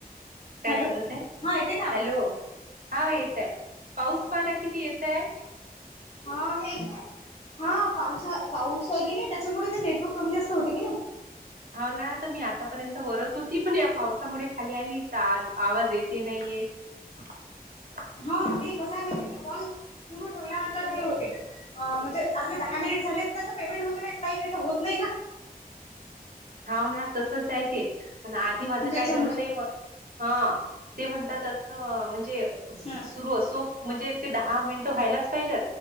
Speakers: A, on the right (about 65°); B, on the left (about 40°).
A: काय
B: हॅलो
A: करत आहे
B: हा येते का आवाज?
A: हॅलो हा येतय पाऊस पाना किती येत ते
B: हा ते हा पाऊसा पाऊस आहे की नाही त्यांच्यामुळे तर नेटवर्क कमी जास्त होते की नाही
A: हो ना तर मी आतापर्यंत वरत होती पण या पावसामुळे खाली आली तर आ आवाज येते नाही <unintelligible>
B: ह ते कसय माहि आहे ते पण सुरू ठेवला तर हे होते म्हणजे आप दहा डिलीट झालेल तेज पेमेंट वगेरे येत नाही असे होत नाही ना
A: हा ना तसच आहे ते प आधी माझं
B: त्याच्यामुळे
A: काय जण ते म्हणतात असं म्हणजे
B: हम्म
A: सुरू सो म्हणजे ते दहा मिनिट तो व्हाला पाहिजे